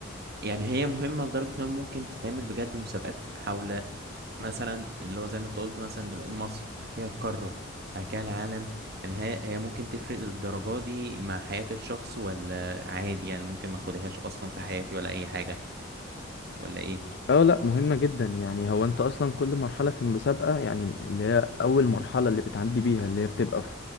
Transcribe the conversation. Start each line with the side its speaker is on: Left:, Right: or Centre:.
Right: يعني هي مهمة لدرجة انها ممكن تتعمل بجد مسابقات حول مثلا اللي هو زي ما انت قلت مثلا دلوقتي مصر بعد كده القارة بعد كده العالم يعني هي هي ممكن تفرق للدرجة دي مع حياة الشخص ولا عادي يعني ممكن ما اخدهاش اصلا في حياتي ولا اي حاجة ولا ايه
Left: اه لا مهمة جدا يعني هو انت اصلا كل مرحلة في المسابقة يعني اللي هي اول مرحلة اللي بتعدي بيها اللي هي بتبقى في